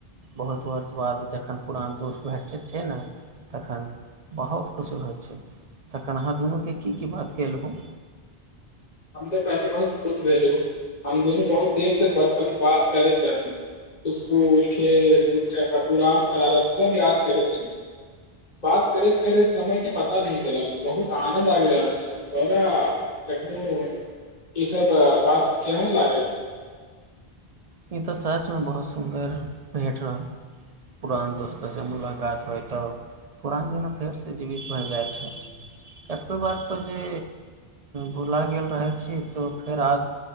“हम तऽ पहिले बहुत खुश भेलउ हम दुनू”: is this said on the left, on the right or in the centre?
Left